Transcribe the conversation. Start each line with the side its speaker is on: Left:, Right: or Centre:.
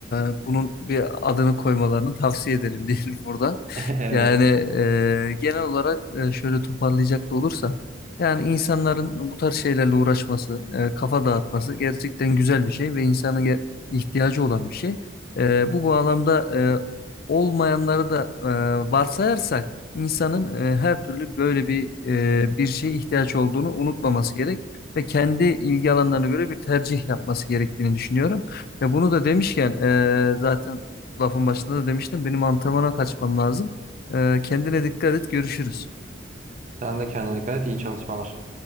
Left: e, bunun bir adını koymalarını tavsiye edelim <laughs> diyelim burada.
Right: Evet.
Left: Yani e, genel olarak e, şöyle toparlayacak da olursam yani insanların bu tarz şeylerle uğraşması, e, kafa dağıtması gerçekten güzel bir şey ve insanın ge- ihtiyacı olan bir şey. E, bu bağlamda e, olmayanları da e, varsayarsak insanın e, her türlü böyle bir e, bir şeye ihtiyaç olduğunu unutmaması gerek ve kendi ilgi alanlarına göre bir tercih yapması gerektiğini düşünüyorum. Ve bunu da demişken e, zaten lafın başında da demiştim benim antrenmana kaçmam lazım. E, kendine dikkat et görüşürüz.
Right: Sen de kendine dikkat et, iyi çalışmalar.